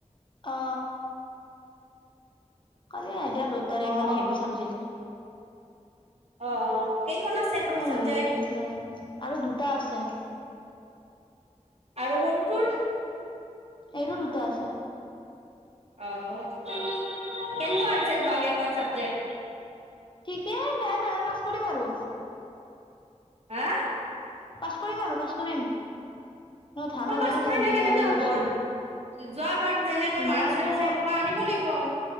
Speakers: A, on the left (about 40°); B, on the right (about 55°).
A: অ কালি আ দিয়া দোতাৰে
B: অ
A: ইমান
B: অ
A: হেভি চাবজেক্ট
B: অ অ কেইখন আছে আৰু
A: ইমান
B: চাবজেক্ট
A: হেভি চাবজেক নাই আৰু দুটা আছে
B: আৰু সৰু তুৰ
A: এইটো দুটা আছে
B: অ কেনেকুৱা হৈছে যোৱা কেখন চাবজেক্ট
A: কি হে বেয়া নহয় পাছ কৰিম আৰু
B: হা
A: পাছ কৰিম আৰু পাছ কৰিম ধানৰহে
B: অকল পাছ
A: গেৰেণ্টি
B: কৰিলে কেনেকে
A: নাই বুলি
B: হ'ব
A: কৈছে
B: যোৱাবাৰত যেনেকে মাৰ্ক
A: মইতো
B: আনিছে সেনেকুৱা আনিব লাগিব উ